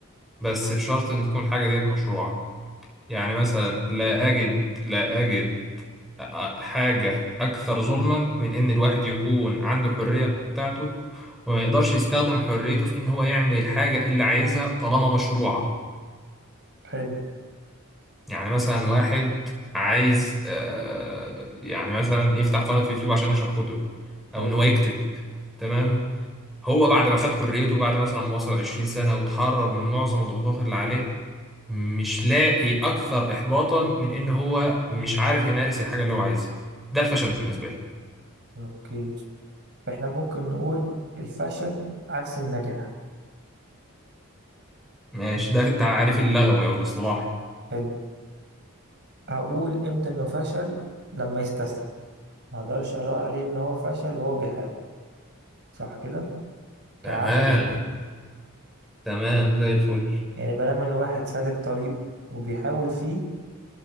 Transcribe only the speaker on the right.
حلو
حلو
حلو
اوكي فاحنا ممكن نقول الفشل عكس النجاح
حلو اقول امتى انه فشل لما يستسلم ما اقدرش اقول عليه ان هو فشل وهو بيحاول صح كده كعملي
يعني
يعني بلام ان واحد سالك طريقه وبيحاول فيه